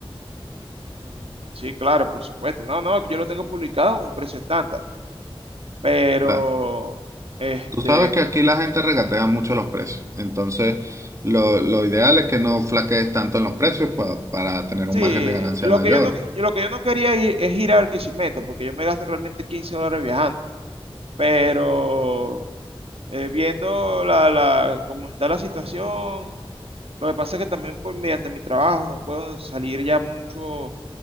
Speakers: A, on the right; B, on the right.
A: Mm, sí, claro, por supuesto. No, no, que yo lo tengo publicado a un precio estándar. Pero,
B: La-
A: este,
B: tú sabes que aquí la gente regatea mucho los precios, entonces lo, lo ideal es que no flaquees tanto en los precios pa- para tener
A: sí,
B: un margen de ganancia
A: lo
B: mayor.
A: que yo no, yo- lo que yo no quería ir, es ir a Barquisimeto, porque yo me gasto realmente 15 dólares viajando. Pero, eh, viendo la, la, cómo está la situación, lo que pasa es que también por, mediante mi trabajo no puedo salir ya mucho,